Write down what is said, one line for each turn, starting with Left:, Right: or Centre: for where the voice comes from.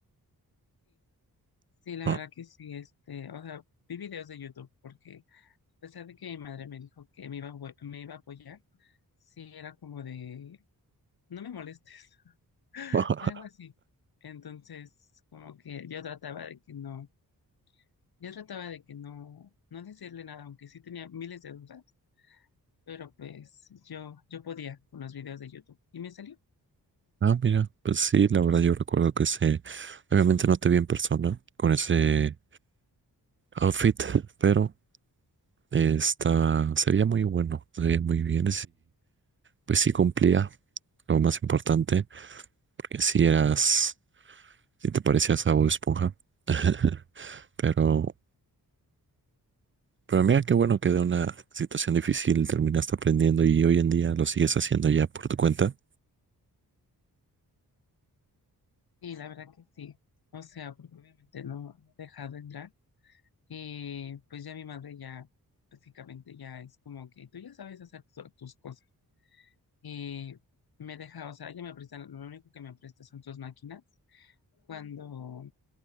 Left: Sí, la
Right: ¿no?
Left: verdad que sí, este, o sea, vi videos de YouTube porque a pesar de que mi madre me dijo que me iba a, apo- me iba a apoyar, sí era como de, no me molestes, <laughs>
Right: <laughs>
Left: algo así. Entonces, como que yo trataba de que no, yo trataba de que no, no decirle nada, aunque sí tenía miles de dudas, pero pues yo, yo podía con los videos de YouTube y me salió.
Right: Ah, mira. Pues sí, la verdad yo recuerdo que ese... Obviamente no te vi en persona con ese outfit, pero... Está, se veía muy bueno, se veía muy bien. Pues sí cumplía, lo más importante, porque si eras, si te parecías a Bob Esponja. <laughs> Pero, pero mira qué bueno que de una situación difícil terminaste aprendiendo y hoy en día lo sigues haciendo ya por tu cuenta.
Left: Sí, la verdad que sí. O sea, porque obviamente no, no he dejado entrar. Eh, pues ya mi madre ya básicamente ya es como que tú ya sabes hacer tu- tus cosas. Y me deja, o sea, ella me presta, lo único que me presta son sus máquinas. Cuando,